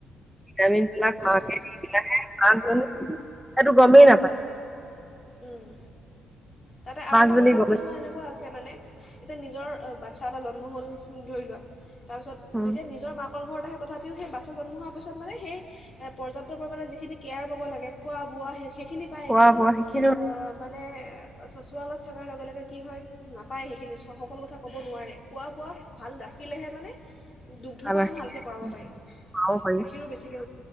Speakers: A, in the centre; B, on the left.
A: ভটামিন্ ল খাকে
B: উম,
A: দি আ তাতো গমেই নাপায়
B: উম তাতে আৰু
A: মাকজনী
B: এটা কথা
A: গমেই
B: কিছুমান এনেকুৱা আছে। মানে এতিয়া নিজৰ বাচ্ছা এটা জন্ম হ'ল ধৰি লোৱা। তাৰপিছত
A: উম
B: যেতিয়া নিজৰ মাকৰ ঘৰৰত আহে। তথাপিও সেই বাচ্ছা জন্ম হোৱাৰ পিছত মানে সেই পৰ্যাপ্ত পৰিমাণে যিখিনি কেয়াৰ পাব লাগে খোৱা বোৱা সেইখিন। সেইখিনি পায়ে
A: খোৱা
B: কিন্তু।
A: বোৱা সেইখিনি
B: মানে চচৰালত থাককাৰ লগে লগে কি হয় নাপায় সেইখিনি সকলো কথা। ক'ব নোৱাৰে খোৱা বোৱা ভাল ৰাখিলেহে মানে। দুগ্ধপানো
A: আৰু
B: ভালকৈ কৰাব পাৰি গাখীৰো বেছিকৈ